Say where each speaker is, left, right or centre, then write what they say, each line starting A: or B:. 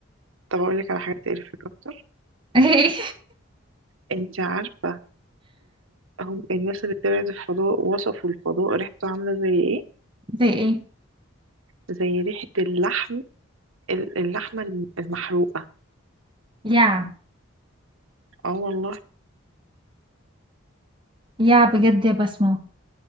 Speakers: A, on the right; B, on the right.
A: طب أقولك على حاجة تقرفك أكتر
B: <laughs> ايه
A: انت عارفة هم الناس اللي طلعت الفضاء وصفوا الفضاء ريحته عاملة زي ايه
B: زي ايه
A: زي ريحة اللحم ال- اللحمة الم- المحروقة
B: يا
A: اه والله
B: يا بجد يا بسمة